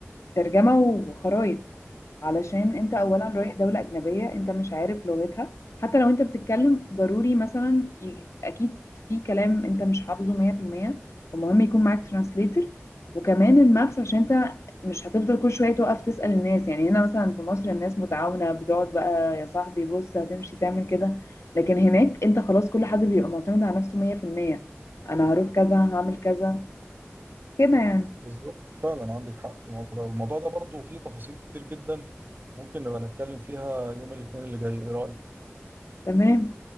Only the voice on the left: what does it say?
ترجمة وخرائط علشان انت اولا رايح دولة اجنبية انت مش عارف لغتها حتى لو انت بتتكلم ضروري مثلا ي... اكيد في كلام انت مش حافظه 100% فمهم يكون معاك ترانسليتر وكمان المابس عشان انت مش هتفضل كل شوية توقف تسأل الناس يعني هنا مثلا في مصر الناس متعاونة بتقعد بقى يا صاحبي بص هتمشي تعمل كده لكن هناك انت خلاص كل حد بيبقى معتمد على نفسه 100% انا هروح كذا هعمل كذا كده يعني
تمام